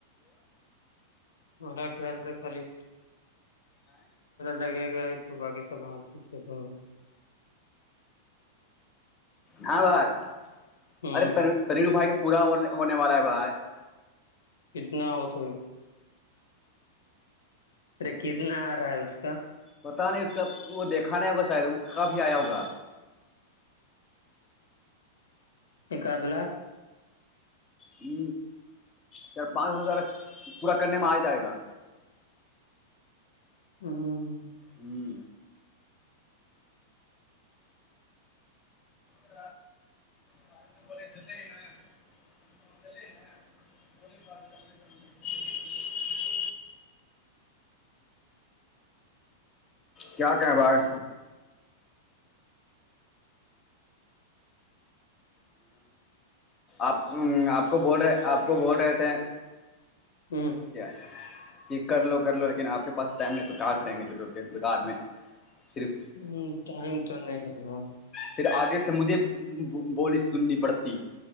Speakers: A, on the left; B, on the left.
A: مرا خیال سے خالی لگے گا ایک تو باقی سب ہے گا
B: ہاں بھائی
A: ہ
B: ارے ترین بھائی کا پورا ہونے والا ہے بھائی
A: کتنا ہوت ارے کتنا آ رہا ہے اس کا
B: پتاہ نہیں اس کا وہ دیکھا نہیں ہوگا شاید اس کاب ہی آیا ہوگا
A: ایک آد لاکھ
B: ہ چ پانچ ہزار پورا کرنے میں آ جائے گا
A: ہاں
B: ہوں ا سال تو بولے دل ہی نا ف دل نا <inaudible> کیا کہیں بائی آپ آپ کو بول رہے آپ کو بول رہے تھے
A: ہوں
B: کیا یہ کر لو کر لو لیکن آپ کے پاس ٹائم نہیں تو کہاں کریں گے چ بار میں صرف
A: ہ ٹائم تو نہیں ہےاں
B: پھر آگے سے مجھے بولی سننی پڑتی